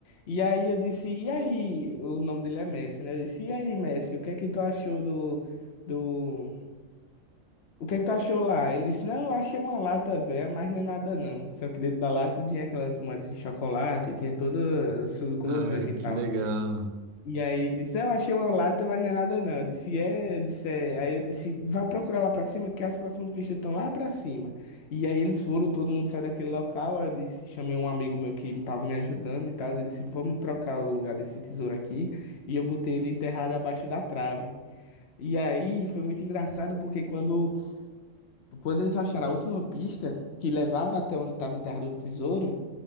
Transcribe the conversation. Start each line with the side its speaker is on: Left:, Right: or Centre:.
Left: E aí eu disse, e aí, o nome dele é Messi, né? Eu disse, e aí, Messi, o que é que tu achou do, do... O que é que tu achou lá? Ele disse, não, eu achei uma lata velha, mas não é nada não. Só que dentro da lata tinha aquelas moedas de chocolate, tinha todas essas guloseimas
Right: Ah,
Left: e tal.
Right: que legal.
Left: E aí ele disse, não, achei uma lata, mas não é nada não. Eu disse, é, eu disse, é. Aí eu disse, vá procurar lá pra cima, que as próximas pistas estão lá pra cima. E aí eles foram, todo mundo saiu daquele local. Aí eu disse, chamei um amigo meu que tava me ajudando e tal. Ele disse, vamos trocar o lugar desse tesouro aqui. E eu botei ele enterrado abaixo da trave. E aí foi muito engraçado, porque quando, quando eles acharam a última pista, que levava até onde estava enterrado o tesouro,